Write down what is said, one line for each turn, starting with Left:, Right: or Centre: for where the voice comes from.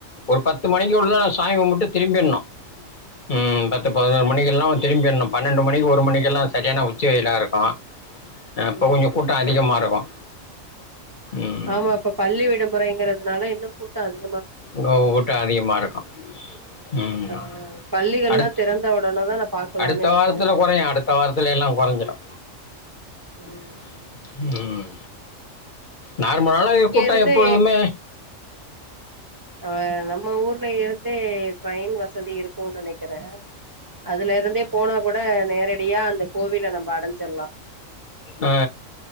Left: ஒரு பத் பத்து மணிக்குள்ள
Right: ம்
Left: சாமி கும்புட்டு திரும்பிரனும் ம் பத்து பதனோரு மணிக்கெல்லா திரும்பின்னும் பன்னெண்டு மணிக்கு ஒரு மணிக்கெல்லாம் சரியான உச்சி வெயிலா இருக்கூ ஆ இப்ப
Right: ம்
Left: கொஞ்சம் கூட்டம் அதிகமா இருக்கும் ம்.
Right: ஆமா இப்ப பள்ளி விடுமுறைங்கிறதுனால இன்னும் கூட்டம் அதிக
Left: ங்க கூட்டம் அதிகமா இரு அ ம்
Right: ஆ
Left: அ
Right: பள்ளிகள்லா
Left: அடுத்
Right: திறந்த உடனேதா நா பாக்கலான்னு
Left: அடுத்த
Right: இருக்கே
Left: வாரத்துல கொறையு அடுத்த வாரத்துல எல்லாம் கொறைஞ்சிடு
Right: ம்
Left: <inaudible> ம் நார்மலான இக்
Right: இங்க
Left: கூட்டம்
Right: இருந்து
Left: எப்பொழுதுமே
Right: ஆ நம்ம ஊர்ல இருந் டே ட்ரெயின் வசதி இருக்கும்னு நெனைக்கிற அதுல இருந்தே போனா கூட நேர அப்டியா அந்த கோவில நம்ப அடைஞ்சிரலா
Left: ஆ